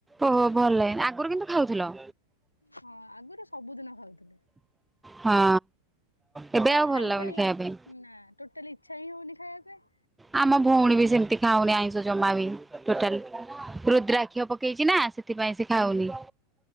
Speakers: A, in the centre; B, on the left.
A: ଓହୋ ଭଲ ଲାଗେନି ଆଗରୁ କିନ୍ତୁ ଖାଉଥିଲ।
B: ହଁ ଆଗରୁ ସବୁଦିନ ଖାଉଥିଲେ।
A: ହଁ ଏବେ
B: ତ
A: ଆଉ
B: ଖାଇ
A: ଭଲ ଲାଗୁନି
B: ଖାଇ
A: ଖାଇବା ପାଇଁ।
B: ନା ଟୋଟାଲି ଇଚ୍ଛା ହିଁ ହଉନି ଖାଇବା ପାଇଁ।
A: ଆମ ଭଉଣୀ ବି ସେମିତି ଖାଉନି ଆଇଁଷ ଜମା ବି ଟୋଟାଲ। ରୁଦ୍ରାକ୍ଷ ପକେଇଚି ନା ସେଥିପାଇଁ ସେ ଖାଉନି।